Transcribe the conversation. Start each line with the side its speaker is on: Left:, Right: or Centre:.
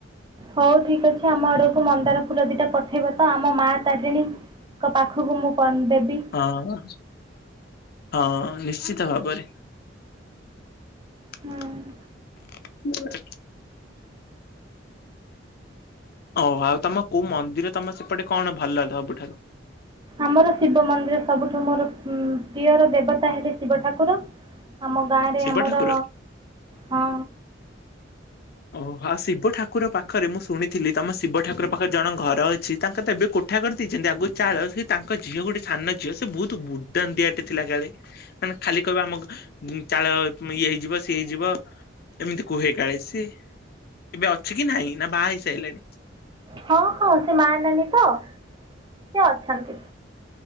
Right: ହଉ ଠିକ ଅଛି ଆମ ଆଡକୁ ମନ୍ଦାର ଫୁଲ ଦିଟା ପଠେଇବ ତ ଆମ ମା ତାରିଣୀ କ ପାଖକୁ ମୁଁ କଣ ଦେବି।
Left: ହଁ ବା। ହଁ ନିଶ୍ଚିତ ଭାବରେ। ହଁ
Right: ହୁଁ।
Left: <unintelligible> ଓହ ଆଉ ତମ କୋଉ ମନ୍ଦିର ତମ ସେପଟେ କଣ ଭଲ ଲାଗ ସବୁଠାରୁ
Right: ଆମର ଶିବ ମନ୍ଦିର ସବୁଠୁ ମୋର ପ୍ରିୟର ଦେବତା ହେଲେ ଶିବ ଠାକୁର। ଆମ ଗାଁରେ
Left: ଶିବ
Right: ଆମର
Left: ଠାକୁର?
Right: ହଁ
Left: ଓହୋ ଆଉ ଶିବ ଠାକୁର ପାଖରେ ମୁଁ ଶୁଣିଥିଲି ତମ ଶିବ ଠାକୁର ପାଖରେ ଜଣ ଘର ଅଛି ତାଙ୍କ ତ ଏବେ କୋ କୋଠା କରି ଦେଇଛନ୍ତି ଆଗରୁ ଚାଳ ସେ ତାଙ୍କ ଝିଅ ଗୋଟେ ସାନ ଝିଅ ସେ ବହୁତ ଦୁର୍ଦାନ୍ତ ଦିଆଟେ ଥିଲା କାଳେ। ମାନେ ଖାଲି କହିବ ଆମ ଚାଳ ଇଏ ହେଇଯିବ ସିଏ ହେଇଯିବ। ଏମିତି କୁହେ କାଳେ ସିଏ ଏବେ ଅଛି କି ନାଇଁ ନା ବାହା ହୋଇସାଇଲାଣି।
Right: ହଁ ହଁ ସେ ମା ନାନୀ ତ ସେ ଅଛନ୍ତି।